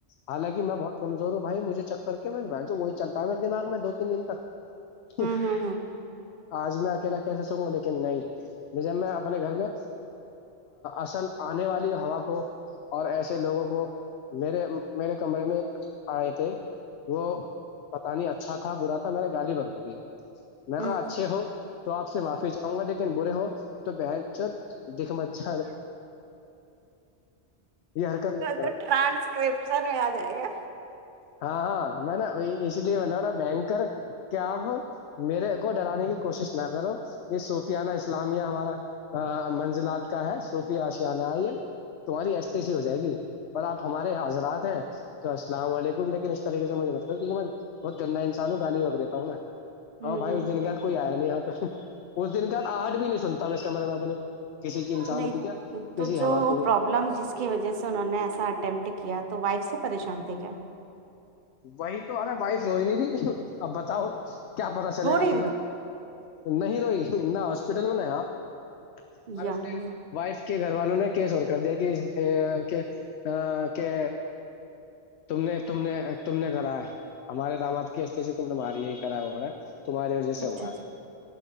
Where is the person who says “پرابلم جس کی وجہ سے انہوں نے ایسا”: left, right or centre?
Right